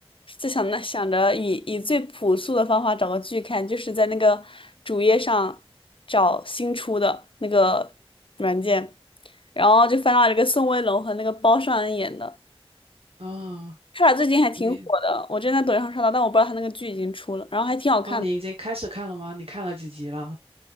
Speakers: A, on the left; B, on the right.
A: 就想那想着以以最朴素的方法找个剧看，就是在那个主页上找新出的那个软件，然后就翻到了一个宋威龙和那个包上恩演的，
B: 嗯，
A: 他俩最近还挺火的，
B: 你
A: 我之前在抖音上刷到，但我不知道他那个剧已经出了，然后还挺好看的，
B: 哦，你已经开始看了吗？你看了几集了？